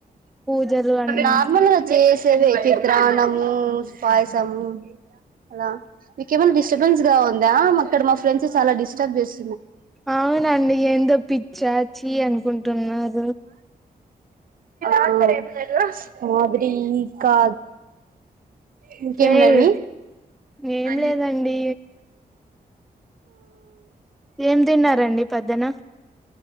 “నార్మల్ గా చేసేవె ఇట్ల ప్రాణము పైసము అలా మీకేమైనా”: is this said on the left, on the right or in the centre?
Right